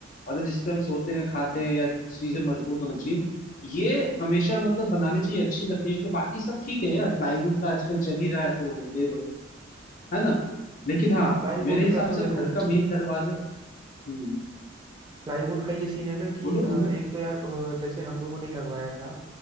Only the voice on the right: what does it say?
हाँ प्लाईवुड
का तो
देखो
प्लाईवुड का ये सीन है ना कि
अ,
एक तो यार अ, जैसे हम लोगों ने लगवाया था